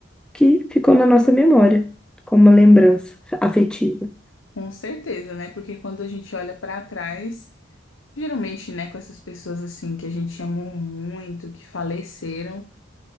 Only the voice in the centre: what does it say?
que ficou na nossa memória, como uma lembrança afetiva.